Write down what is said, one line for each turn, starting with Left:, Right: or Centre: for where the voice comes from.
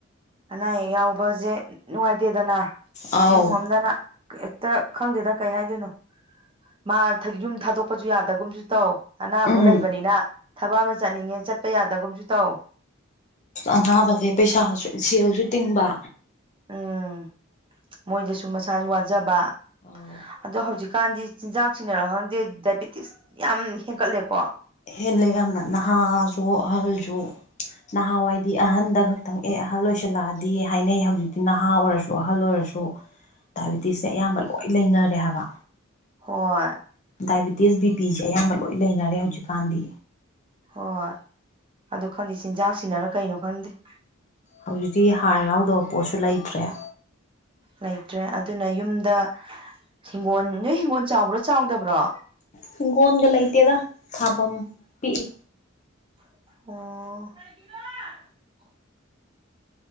Right: ꯑꯅꯥ ꯑꯌꯦꯛ ꯌꯥꯎꯕꯁꯦ ꯅꯨꯡꯉꯥꯏꯇꯦꯗꯅ
Left: ꯑꯥꯎ
Right: ꯏꯃꯨꯡ ꯑꯃꯝꯗꯅ ꯍꯦꯛꯇ ꯈꯪꯗꯦꯗ ꯀꯩ ꯍꯥꯏꯗꯣꯏꯅꯣ ꯃꯥ ꯌꯨꯝ ꯊꯥꯗꯣꯛꯄꯁꯨ ꯌꯥꯗꯒꯨꯝꯁꯨ ꯇꯧ ꯑꯅꯥꯕꯗꯣ
Left: ꯎꯝ
Right: ꯂꯩꯕꯅꯤꯅ ꯊꯕꯛ ꯑꯃ ꯆꯠꯅꯤꯡꯉꯦ ꯆꯠꯄ ꯌꯥꯗꯒꯨꯝꯁꯨ ꯇꯧ
Left: ꯑꯅꯥꯕꯁꯦ ꯄꯩꯁꯥꯁꯨ ꯁꯦꯜꯁꯨ ꯇꯤꯡꯕ
Right: ꯎꯝ ꯃꯣꯏꯗꯁꯨ ꯃꯁꯥꯁꯨ ꯋꯥꯖꯕ
Left: ꯑꯥꯎ
Right: ꯑꯗꯣ ꯍꯧꯖꯤꯛꯀꯥꯟꯗꯤ ꯆꯤꯟꯖꯥꯛ ꯁꯤꯟꯅꯔ ꯈꯪꯗꯦ ꯗꯥꯏꯕꯦꯇꯤꯁ ꯌꯥꯝ ꯍꯦꯟꯒꯠꯂꯦꯀꯣ
Left: ꯍꯦꯜꯂꯦ ꯌꯥꯝꯅ ꯅꯍꯥꯁꯨ ꯑꯍꯜꯁꯨ ꯅꯍꯥꯟꯋꯥꯏꯗꯤ ꯑꯍꯟꯗ ꯈꯛꯇꯪ ꯑꯦ ꯑꯍꯜ ꯑꯣꯏꯁꯜꯂꯛꯑꯗꯤ ꯍꯥꯏꯅꯩ ꯍꯧꯖꯤꯛꯇꯤ ꯅꯍꯥ ꯑꯣꯏꯔꯁꯨ ꯑꯍꯜ ꯑꯣꯏꯔꯁꯨ ꯁꯨ ꯗꯥꯏꯕꯤꯦꯇꯤꯁꯁꯦ ꯑꯌꯥꯝꯕ ꯂꯣꯏ ꯂꯩꯅꯔꯦ ꯍꯥꯏꯕ
Right: ꯍꯣꯏ
Left: ꯗꯥꯏꯕꯤꯦꯇꯤꯁ ꯕꯤꯄꯤꯤꯁꯦ ꯑꯌꯥꯝꯕ ꯂꯣꯏ ꯂꯩꯅꯔꯦ ꯍꯧꯖꯤꯛꯀꯥꯟꯗꯤ
Right: ꯍꯣꯏ ꯑꯗꯨ ꯈꯪꯗꯦ ꯆꯤꯟꯖꯥꯛ ꯁꯤꯅꯔ ꯀꯩꯅꯣ ꯈꯪꯗꯦ
Left: ꯍꯧꯖꯤꯛꯇꯤ ꯍꯥꯔ ꯌꯥꯎꯗꯕ ꯄꯣꯠꯁꯨ ꯂꯩꯇ꯭ꯔꯦ
Right: ꯂꯩꯇ꯭ꯔꯦ ꯑꯗꯨꯅ ꯌꯨꯝꯗ ꯍꯤꯡꯒꯣꯜ ꯅꯣꯏ ꯍꯤꯡꯒꯣꯜ ꯆꯥꯎꯕ꯭ꯔꯣ ꯆꯥꯎꯗꯕ꯭ꯔꯣ
Left: ꯍꯤꯡꯒꯣꯜꯒ ꯂꯩꯇꯦꯗ ꯊꯥꯐꯝ ꯄꯤꯛꯏ
Right: ꯑꯣ